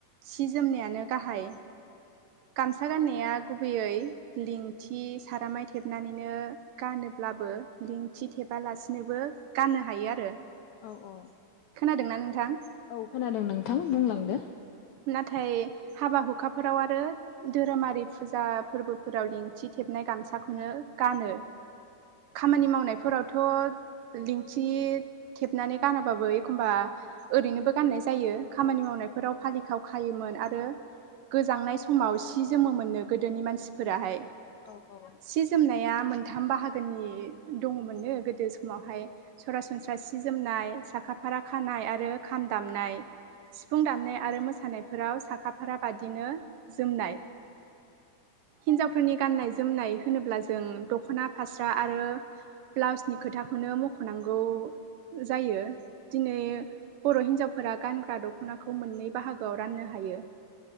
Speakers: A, on the right (about 75°); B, on the left (about 80°).
A: सि जोमनायानो गाहाय। गामसा गाननाया गुबैयै लिंथि सारामाय थेबनानैनो गानोब्लाबो लिंथि थेबालासिनोबो गाननो हायो आरो।
B: औ औ
A: खोनादों ना नोंथां
B: औ खोनादों नोंथां बुंलांदो
A: नाथाय हाबा हुखाफोराव आरो धोरोमारि फुजा फोरबोफोराव लिंथिथेब नाय गामसाखौनो गानो खामानि मावनायफोरावथ' लिंथि थेबनानै गानाबाबो एखनबा ओरैनोबो गाननाय जायो खामानि मावनायफोराव फालि खाव खायोमोन आरो गोजांनाय समाव सि जोमोमोननो गोदोनि मान सिफोराहाय।
B: औ औ
A: सि जोमनाया मोनथाम बाहागोनि दङमोननो गोदो समावहाय सरासन स्रा सि जोमनाय साखा फारा खानाय आरो खाम दामनाय सिफुं दामनाय आरो मोसानायफोराव साखाफारा बादिनो जोमनाय हिनजाव फोरनि गाननाय जोमनाय होनोब्ला जों दख'ना फास्रा आरो ब्लाउसनि खोथाखौनो मख'नांगौ जायो दिनै बर' हिनजावफोरा गानग्रा दख'नाखौ मोन बाहागोआव राननो हायो